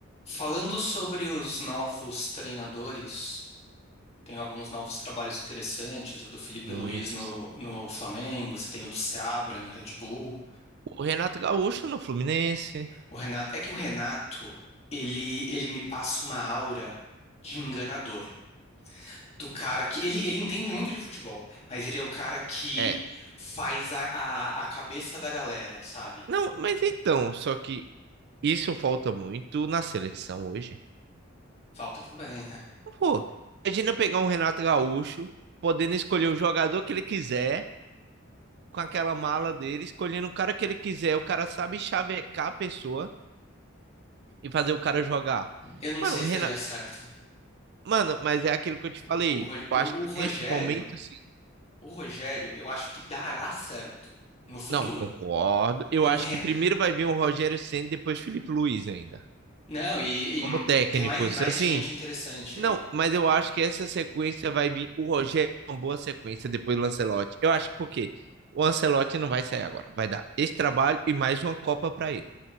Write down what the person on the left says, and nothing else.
Falando sobre os novos treinadores, tem alguns novos trabalhos interessantes, o do Felipe
Luiz no, no Flamengo, você tem o do Seabra no Red Bull.
O Renato, é que o Renato, ele, ele me passa uma aura de enganador. Do cara que. Ele, ele entende muito de futebol, mas ele é o cara que
faz a, a, a cabeça da galera, sabe?
Falta também, né?
Eu não
sei
se daria certo.
O,
o, Ro-
o
o Rogério.
O Rogério, eu acho que dará certo no futuro.
O
Ren...
Não, e,
e
tem mais, mais
gente interessante
aí.